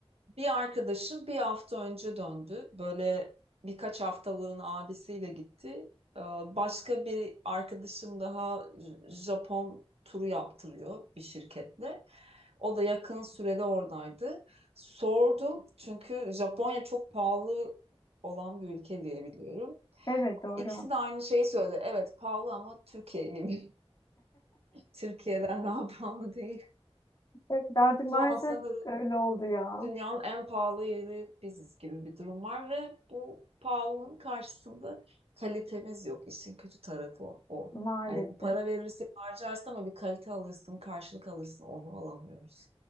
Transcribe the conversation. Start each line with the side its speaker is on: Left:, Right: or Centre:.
Right: Bir arkadaşım bir hafta önce döndü. Böyle birkaç haftalığın abisiyle gitti. Ee, Başka bir arkadaşım daha J- Japon turu yaptırıyor bir şirketle. O da yakın sürede oradaydı. Sordum çünkü Japonya çok pahalı olan bir ülke diye biliyorum.
Left: Evet doğru.
Right: İkisi de aynı şeyi söyledi. Evet pahalı ama Türkiye gibi. <laughs> Türkiye'den daha pahalı değil.
Left: Evet artık maalesef
Right: Şu an sanırım
Left: öyle oldu ya.
Right: dünyanın en pahalı yeri biziz gibi bir durum var ve bu pahalılığın karşısında kalitemiz yok. İşin kötü tarafı o. o.
Left: Maalesef.
Right: Yani para verirsin harcarsın ama bir kalite alırsın, karşılık alırsın onu alamıyoruz.